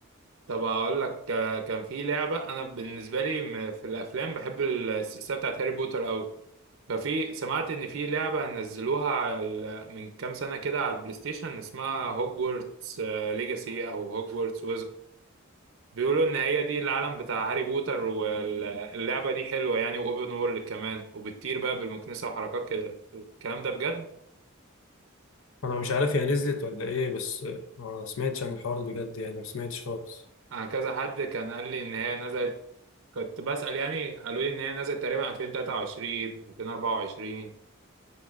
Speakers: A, on the right; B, on the left.
A: طب اقول لك آه، كان في لعبه انا بالنسبه لي م- في الافلام بحب السلسله بتاعت هاري بوتر قوي ففي سمعت ان في لعبه نزلوها على ال... من كام سنه كده على البلاي ستيشن اسمها هوجورتس ليجاسي او هوجورتس بيقولوا ان هي دي العالم بتاع هاري بوتر واللعبة دي حلوة يعني واوبن وورلد كمان وبتطير بقى بالمكنسة وحركات كده الكلام ده بجد
B: انا مش عارف هي نزلت ولا ايه بس ما سمعتش عن الحوار ده بجد يعني ما سمعتش خالص
A: انا كذا حد كان قال لي ان هي نزلت كنت بسأل يعني قالوا لي ان هي نزلت تقريبا 2023 2024